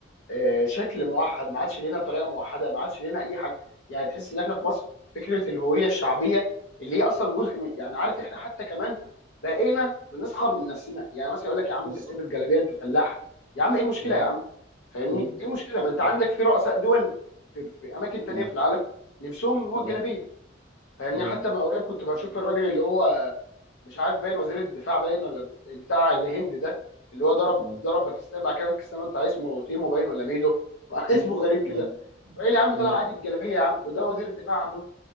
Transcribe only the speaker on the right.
بالظبط
اه
اه
اه
اه
اه
اه
ايوه
اه
اه
اه
اه